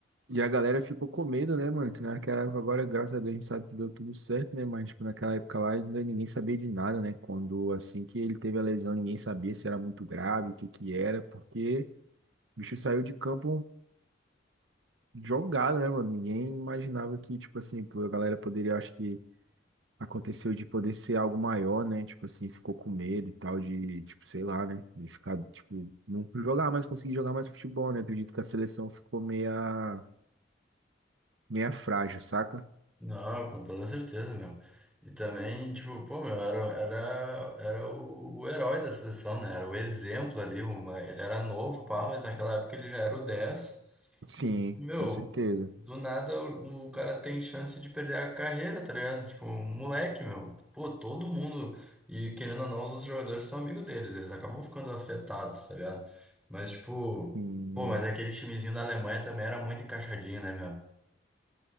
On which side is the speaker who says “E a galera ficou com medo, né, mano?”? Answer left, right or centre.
Right